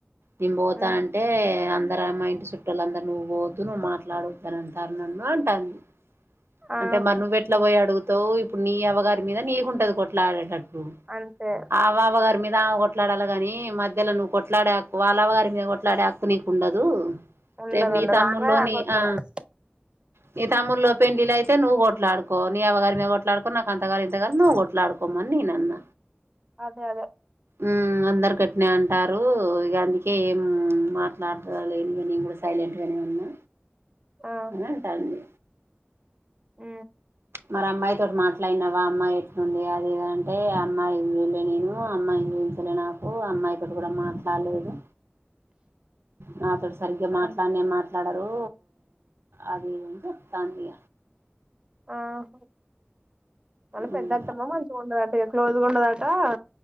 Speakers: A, on the right; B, on the right.
A: నిన్ పోతా
B: ఉమ్
A: అంటే అన్ అందరా మా ఇంటి సుట్టోలందర్ నువ్వు పోవద్దు నువు మాట్లాడోద్దని అంటారు నన్ను అంటాంది.
B: ఆహా
A: అంటే మరి నువెట్ అడుగుతవు ఇప్పుడు నీ అవ్వగారి మీద నీకు ఉంటది కొట్లాడేటట్
B: అంతే
A: ఆవ్వవ్వ గారి మిద్ ఆమె కొట్లాడాలె గానీ, మధ్యలో నువ్వు కొట్లాడే హక్కు వాళ్ళవ్వ గారి మీద కొట్లాడే హక్కు నీకు ఉండదూ.
B: ఉండదు
A: రేపు నీ
B: ఉండదు
A: తమ్ములో
B: ఆమె
A: ని
B: కొట్లాడాలి
A: ఆ నీ తమ్ముళ్ళోత్ పెండ్లీలు ఐతే నువు కోట్లాడు. పో ని అవ గారి మీద కొట్లాడుకో నాకు అంత గాలి ఇంత గాలి నువ్వు కొట్లాడుకోమని నేన్ అన్న
B: అదే అదే
A: ఉమ్ అందర్ గట్నే ఆంట్ టారు ఇగ అందుకే ఏం మాట్లాటలేన్ నేన్ గుడా సైలెంట్ గనే ఉన్నా
B: ఆ
A: అని అంటంది
B: ఊ
A: మరి అమ్మాయితోటి మాట్లాయినవా అమ్మాయి ఎట్లుంది అదిదంటే అమ్మాయి చూలే నేను అమ్మాయిని చూపించలే నాకు అమ్మాయితోటి కూడా మాట్లాడలేదు నాతోటి సరిగ్గా
B: ఆ
A: మాట్లాడనే మాట్ ట్లడారు అది ఉంద్ చెప్తాంది
B: ఆ హ వాళ్ళ
A: మ్మ్
B: పెద్దత్తమ్మ మంచిగుండదాట ఏడ్ క్లోజుఉన్న అట ఆ